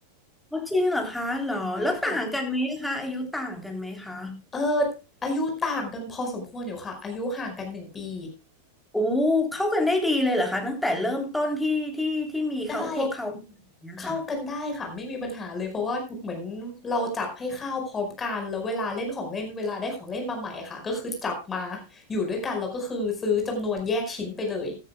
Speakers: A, in the centre; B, on the left.
A: อ๋อจริงเหรอคะเหรอแล้วต่างกันไหมคะอายุต่างกันไหมคะ
B: ใช่ค่ะ เอออายุต่างกันพอสมควรอยู่ค่ะอายุห่างกันหนึ่งปี
A: โอ้เข้ากันได้ดีเลยเหรอคะตั้งแต่เริ่มต้นที่ที่ที่มีเขาพวกเขาอย่างเนี้ยค่ะ
B: ได้เข้ากันได้ค่ะไม่มีปัญหาเลยเพราะว่าเหมือนเราจับให้ข้าวพร้อมกันแล้วเวลาเล่นของเล่นเวลาได้ของเล่นมาใหม่อะค่ะก็คือจับมาอยู่ด้วยกันแล้วก็คือซื้อจำนวนแยกชิ้นไปเลย